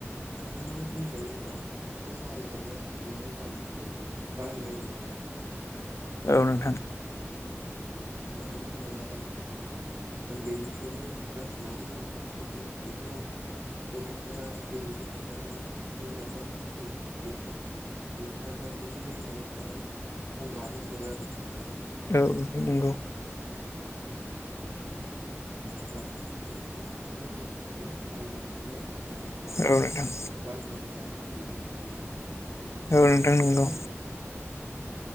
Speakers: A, on the right (about 80°); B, on the left (about 70°).
A: हायानो बुंजायो जामफुंसो बाहायजायो आरो माने जामफुंखौ बाहायनो रोङा आरो <inaudible>
B: औ नोंथां
A: मानो बुङा आजिखालि उन्दैनिफ्रायनो गासिनावबो मबाइल थाजोबो बेफोराव गथ'फोरा गेम गेलेनानै बिदिनो माबामाबि जथुब बिदि नायनानै माने सम बारहो हरो आरो नायनानै
B: औ नोंथां नंगौ
A: जामबुंजोंनो माने बिसोरो उल्थासो बाहायजाफिनो आरो माने जामबुंखौ
B: औ नोंथां
A: बाहायनो रोङा आरो आरोखि आजिखालि मानसिफोरा
B: औ नोंथां
A: फ्रायानो
B: नंगौ
A: आरो बिदि